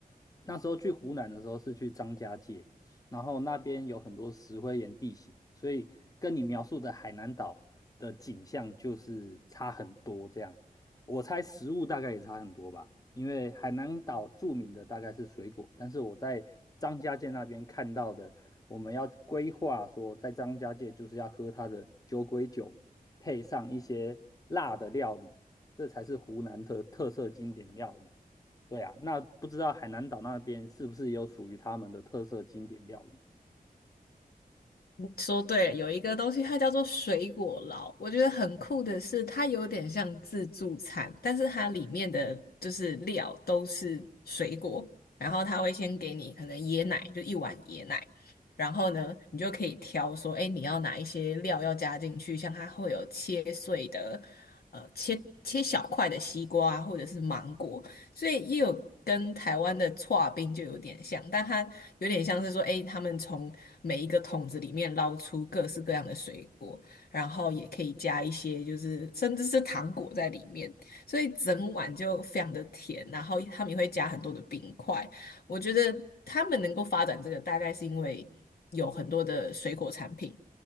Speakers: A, on the left; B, on the left.
A: 那时候去湖南的时候是去张家界，然后那边有很多石灰岩地形，所以跟你描述的海南岛的景象就是差很多这样。我猜食物大概也差很多吧，因为海南岛著名的大概是水果，但是我在张家界那边看到的，我们要规划说在张家界就是要喝它的酒鬼酒，配上一些辣的料理，这才是湖南的特色经典料理。对啊，那不知道海南岛那边是不是有属于他们的特色经典料理？
B: 说对了，有一个东西它叫做水果捞，我觉得很酷的是，它有点像自助餐，但是它里面的就是料都是水果，然后他会先给你可能椰奶，就一碗椰奶，然后呢，你就可以挑说，哎，你要哪一些料要加进去，像它会有切碎的，呃，切切小块的西瓜或者是芒果，所以也有跟台湾的搓冰就有点像，但它有点像是说，哎，他们从每一个桶子里面捞出各式各样的水果，然后也可以加一些就是甚至是糖果在里面，所以整碗就非常的甜，然后他们也会加很多的冰块。我觉得他们能够发展这个，大概是因为有很多的水果产品，